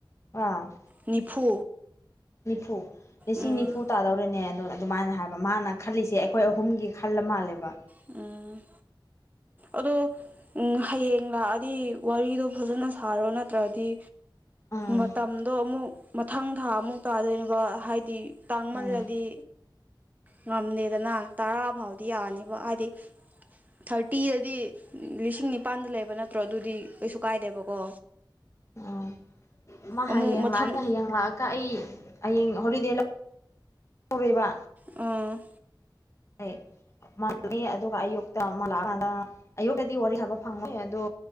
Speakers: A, on the left; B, on the right.
A: ꯋꯥ
B: ꯅꯤꯐꯨ
A: ꯅꯤꯐꯨ ꯂꯤꯁꯤꯡ
B: ꯎꯝ
A: ꯅꯤꯐꯨ ꯇꯥꯗꯧꯔꯦꯅꯦ ꯑꯗꯨ ꯑꯗꯨꯃꯥꯏꯅ ꯍꯥꯏꯕ ꯃꯥꯅ ꯈꯜꯂꯤꯁꯦ ꯑꯩꯈꯣꯏ ꯑꯍꯨꯝꯒꯤ ꯈꯜꯂ ꯃꯥꯜꯂꯦꯕ
B: ꯑꯝ ꯑꯗꯣ ꯎꯝ ꯍꯌꯦꯡ ꯂꯥꯛꯑꯗꯤ ꯋꯥꯔꯤꯗꯣ ꯐꯖꯅ ꯁꯥꯔꯣ ꯅꯠꯇ꯭ꯔꯗꯤ
A: ꯑꯥ
B: ꯃꯇꯝꯗꯣ ꯑꯃꯨꯛ ꯃꯊꯪ ꯊꯥ ꯑꯃꯨꯛ ꯇꯥꯗꯣꯏꯅꯦꯕ ꯍꯥꯏꯗꯤ ꯇꯥꯡꯃꯜꯂꯂꯤ
A: ꯎꯝ
B: ꯉꯝꯗꯦꯗꯅ ꯇꯔꯥ ꯐꯥꯎꯗꯤ ꯌꯥꯅꯤꯕ ꯍꯥꯏꯗꯤ ꯊꯥꯔꯇꯤꯗꯗꯤ ꯂꯤꯁꯤꯡ ꯅꯤꯄꯥꯟꯗ ꯂꯩꯕ ꯅꯠ ꯭ꯠ꯭ꯇꯣ ꯑꯗꯨꯗꯤ ꯀꯩꯁꯨ ꯀꯥꯏꯗꯦꯕꯀꯣ
A: ꯎꯝ ꯃꯥ
B: ꯑꯃꯨꯛ
A: ꯍꯌꯦꯡ
B: ꯃꯊꯪ
A: ꯂꯥꯛꯑꯅꯤ ꯍꯌꯦꯡ ꯂꯥꯛꯑꯒ ꯑꯩ ꯍꯌꯦꯡ ꯍꯣꯂꯤꯗꯦ ꯂꯧ ꯇꯧꯏꯕ
B: ꯑꯥ
A: ꯑꯦ ꯃꯥꯝꯃꯦ ꯑꯗꯨꯒ ꯑꯌꯨꯛꯇ ꯑꯃꯨꯛ ꯂꯥꯛꯑꯀꯥꯟꯗ ꯑꯌꯨꯛꯇꯗꯤ ꯋꯥꯔꯤ ꯁꯕ ꯐꯪꯉꯣꯏ ꯑꯗꯨ